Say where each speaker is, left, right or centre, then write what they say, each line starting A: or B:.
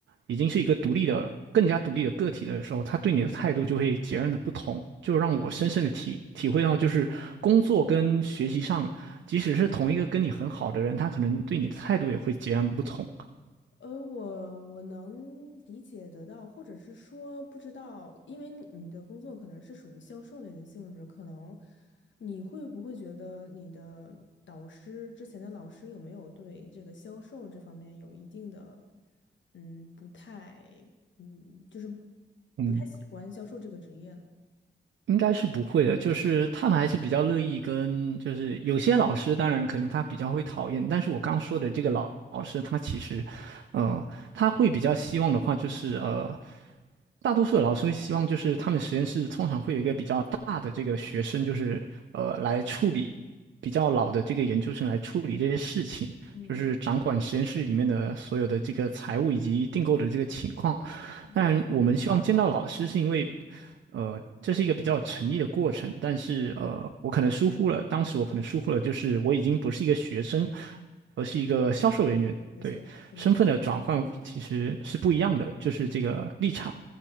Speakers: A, on the right (about 80°); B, on the left (about 80°).
A: 已经是一个独立的、更加独立的个体的时候，他对你的态度就会截然的不同。就让我深深的体体会到，就是工作跟学习上，即使是同一个跟你很好的人，他可能对你的态度也会截然不同。
B: 呃，我我能理解得到，或者是说不知道，因为你你的工作可能是属于销售类的性质，可能你会不会觉得你的导师之前的老师有没有对这个销售这方面有一定的，嗯，不太，嗯，就是
A: 嗯。
B: 不太喜欢销售这个职业呢？
A: 应该是不会的，就是他们还是比较乐意跟，就是有些老师，当然可能他比较会讨厌，但是我刚说的这个老老师，他其实，呃，他会比较希望的话，就是呃，大多数的老师会希望，就是他们实验室通常会有一个比较大的这个学生，就是呃，来处理比较老的这个研究生来处理这些事情，
B: 嗯
A: 就是掌管实验室里面的所有的这个财务以及订购的这个情况。
B: 嗯。
A: 当然，我们希望见到老师，是因为，呃，这是一个比较有诚意的过程。但是，呃，我可能疏忽了，当时我可能疏忽了，就是我已经不是一个学生，而是一个销售人员。
B: 没错，
A: 对，
B: 可能是。
A: 身份的转换其实是不一样的，就是这个立场。